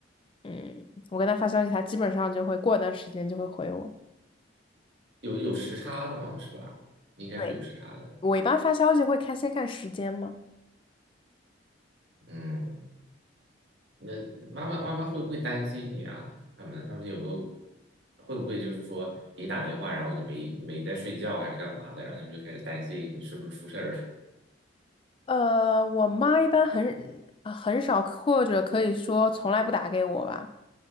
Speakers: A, on the left (about 25°); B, on the right (about 65°).
A: 嗯，我跟他发消息，他基本上就会过一段时间就会回我。
B: 有有时差的嘛，是吧？应该是有时差的。
A: 对。我一般发消息会看先看时间嘛。
B: 嗯，那妈妈妈妈会不会担心你啊？他们他们有没有会不会就是说给你打电话，然后你没没在睡觉还是干嘛的，然后他们就开始担心你是不是出事儿了？
A: 呃，我妈一般很啊很少，或者可以说从来不打给我吧。